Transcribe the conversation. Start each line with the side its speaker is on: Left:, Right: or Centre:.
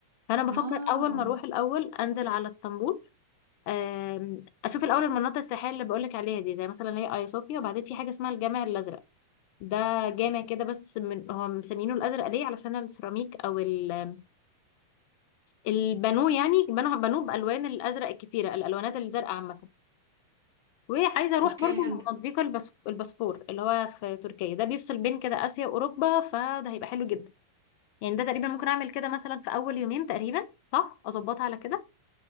Left: فانا بفكر
Right: اه
Left: اول ما اروح الاول انزل على اسطنبول آم، اشوف الاول المناطق السياحيه اللي بقولك عليها دي زي مثلا اللي هي ايا صوفيا وبعدين في حاجه اسمها الجامع الازرق ده جامع كده بس من هو مسمينه الازرق ليه علشان السيراميك او ال- البانوه يعني بنوه بانوه بالوان الازرق الكتيره الالوانات الزرقاء عامه وعايزه اروح
Right: أوكي
Left: برضو
Right: حلو
Left: مضيق البس- البسفور اللي هو في تركيا ده بيفصل بين كده اسيا واوروبا فده هيبقى حلو جدا يعني ده تقريبا ممكن اعمل كده مثلا في اول يومين تقريبا صح اظبطها على كده